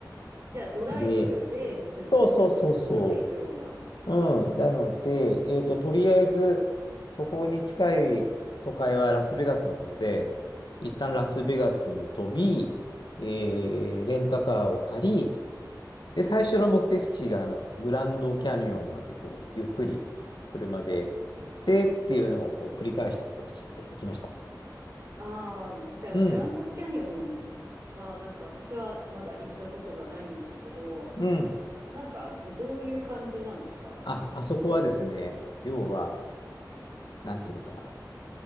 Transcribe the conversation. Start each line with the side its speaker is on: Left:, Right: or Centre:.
Right: じゃあドライブでずっと回っていくような。
Left: で、そうそうそうそう。うん。
Right: へえ。
Left: なので、えっと、とりあえず、そこに近い都会はラスベガスなので、一旦ラスベガスに飛び、えーレンタカーを借り、で、最初の目的地が、あの、グランドキャニオンまで、こう、ゆっくり車で行ってっていうのを、こう、繰り返していく形で行きました。
Right: ああ、じゃあグランドキャニオンはなんか私はまだ行ったことがないんですけど、
Left: うん、うん。
Right: な、なんかどういう感じなんですか
Left: あ、あそこはですね、要は、なんていうのかな。